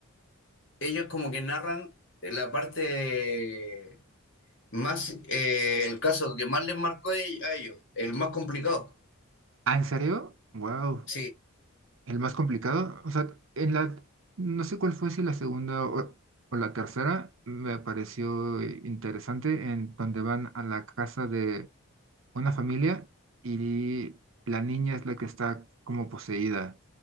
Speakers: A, on the left (about 55°); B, on the right (about 65°).
A: ellos como que narran la parte Más, eh, el caso que más les marcó a ell- a ellos, el más complicado.
B: ¿Ah, en serio? Wow.
A: Sí,
B: ¿El más complicado? O sea, en la... No sé cuál fue, si la segunda o, o la tercera, me pareció eh, interesante, en donde van a la casa de una familia y la niña es la que está como poseída